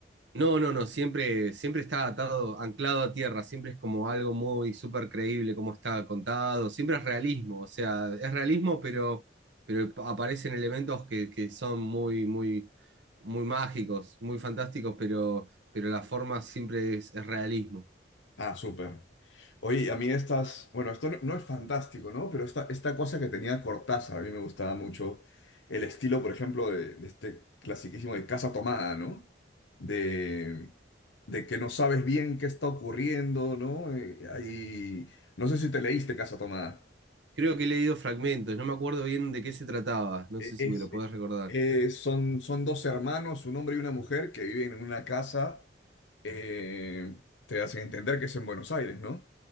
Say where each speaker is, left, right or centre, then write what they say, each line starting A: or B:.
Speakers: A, on the right (about 75°); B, on the left (about 80°).
A: No, no, no, siempre, siempre está atado, anclado a tierra, siempre es como algo muy súper creíble como está contado, siempre es realismo, o sea, es realismo, pero, pero aparecen elementos que, que son muy, muy, muy mágicos, muy fantásticos, pero, pero la forma siempre es, es realismo.
B: Ah, súper. Oye, a mí estas, bueno, esto no, no es fantástico, ¿no? Pero esta, esta cosa que tenía Cortázar, a mí me gustaba mucho el estilo, por ejemplo, de, de este clasiquísimo de Casa Tomada, ¿no? De, de que no sabes bien qué está ocurriendo, ¿no? Eh, ahí, no sé si te leíste Casa Tomada.
A: Creo que he leído fragmentos, no me acuerdo bien de qué se trataba, no
B: Eh,
A: sé si
B: es-
A: me lo podés recordar.
B: eh, son, son dos hermanos, un hombre y una mujer, que viven en una casa, eh, te hacen entender que es en Buenos Aires, ¿no?